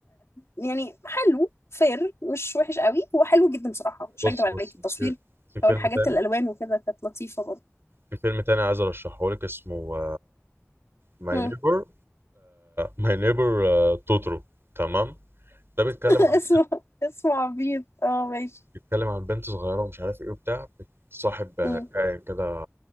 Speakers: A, on the left; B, on the right.
A: يعني حلو فير مش وحش قوي هو حلو جدا بصراحة مش
B: بص
A: هكدب عليك
B: بص
A: التصوير
B: في في فيلم
A: أو الحاجات
B: تاني
A: الألوان وكده كانت لطيفة برضه
B: في فيلم تاني عايز ارشحه لك اسمه ماي
A: مم.
B: نيبر ماي نيبر توترو تمام ده بيتكلم
A: <laughs>
B: عن
A: اسمه اسمه عبيط اه ماشي
B: بيتكلم عن بنت صغيره ومش عارف ايه وبتاع صاحب آه،
A: مم.
B: كائن كده